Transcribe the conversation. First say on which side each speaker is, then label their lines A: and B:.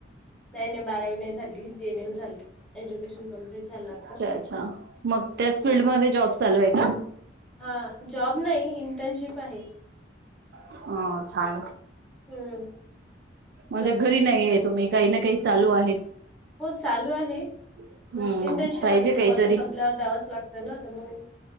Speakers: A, in the centre; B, on the right.
A: नाही, नाही बारावी नाही झाली. जी एन एम झाले. एज्युकेशन कम्प्लीट झालं आता
B: अच्छा. अच्छा. मग त्याच
A: हम्म.
B: फील्ड मध्ये जॉब चालू आहे का?
A: हा जॉब नाही. इंटर्नशिप आहे
B: हो छान!
A: हम्म.
B: म्हणजे
A: जॉब
B: घरी
A: नाही का
B: आहे
A: आता
B: तुम्ही
A: सध्या?
B: काही ना काही चालू आहे
A: हो चालू आहे.
B: हम्म
A: मग इंटर्नशिप
B: पाहिजे
A: आता
B: काहीतरी
A: ते कॉलेज संपल्यावर द्यावच लागतं ना, तर मग.